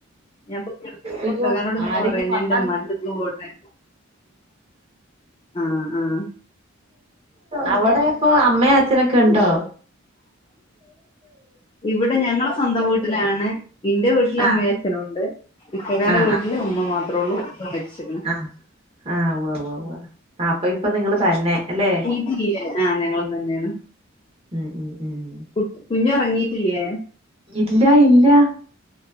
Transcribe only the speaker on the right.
അയ്യോ
ആരെങ്കിലും
വന്നാ
പിന്നെ
അവിടെപ്പൊ അമ്മയും അച്ഛനൊക്കെ ഉണ്ടോ
ആ
ആ
ആഹ് ഉവ്വ്
ആഹ് അപ്പൊ ഇപ്പൊ നിങ്ങള് തന്നെ അല്ലെ
ഉം ഉം ഉം ഉം.
ഇല്ല ഇല്ല